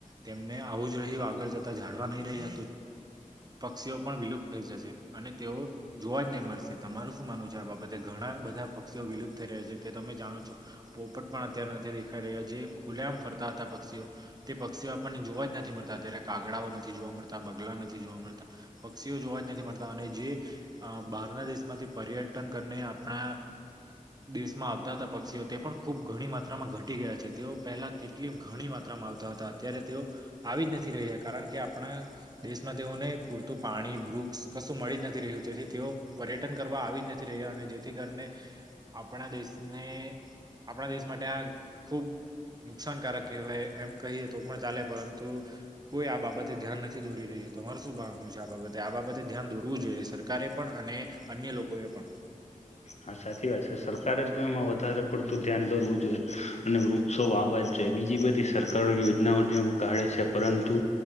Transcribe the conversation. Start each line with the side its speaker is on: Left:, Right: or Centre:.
Right: તેમને આવું જ રહ્યું આગળ જતા જાળવા નહી રહે પક્ષીઓ પણ વિલુપ્ત થઈ જશે અને તેઓ જોવા જ નહીં મળશે તમારું શું માનવું છે આ બાબતે ઘણા બધા પક્ષીઓ વિલુપ્ત થ રહ્યા છે તે તમે જાણો છો પોપટ પણ અત્યારે નથી દેખાઈ રહ્યા જે ખુલે આમ ફરતા હતા પક્ષીઓ તે પક્ષીઓ આપણને જોવા જ નથી મળતા અત્યારે કાગડાઓ નથી જોવા મળતા બગલા નથી જોવા મળતા પી તીઓ જોવા જ નથી મળતા અને જે અ બહારના દેશમાંથી પર્યટન કરીને આપણા દેશમાં આવતા હતા પક્ષીઓ તે પણ ખુબ ઘણી માત્રામાં ઘટી ગયા છે તેઓ પહેલા કેટલી ઘણી મા ત્રામાં આવતા હતા અત્યારે તેઓ આવી જ નથી રહ્યા કારણ કે આપણા દેશમાં તેઓને પૂરત પાણી વૃક્ષ કશું મળી જ નથી રહ્યું તેથી તેઓ પર્યટન કરવા આવી જ નથી રહ્યા અને જેથી કરીને આપણા દેશને આપણા દેશ માટે આ ખુબ નુકસાનકારક કહેવાય એમ કહીએ તો પણ ચાલે પરંતુ કોઈ આ બાબતે ધ્યાન નથી દોરી રહ્યું. તમારું શું બારનુ છે આ બાબતે આ બાબતે ધ્યાન દોરવું જોઈએ સરકારે પણ અને અન્ય લોકો એ પણ.
Left: હા સાચી વાત છે સરકારે તો એમાં વધારે પડતું ધ્યાન દોરવું જોઈએ અને વૃક્ષો વાવા જોઈ બીજી બધી સરકારો યોજનાઓને એવું કાઢે છે પરંતુ